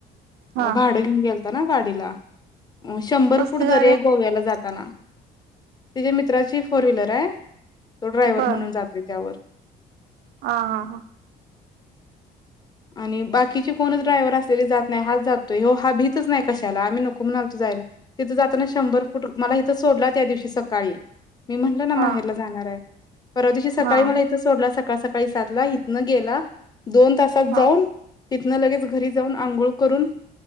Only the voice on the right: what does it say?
हा
कसली
गाडी
आहे
बर
हा हा हा.
हा हा
हा
हा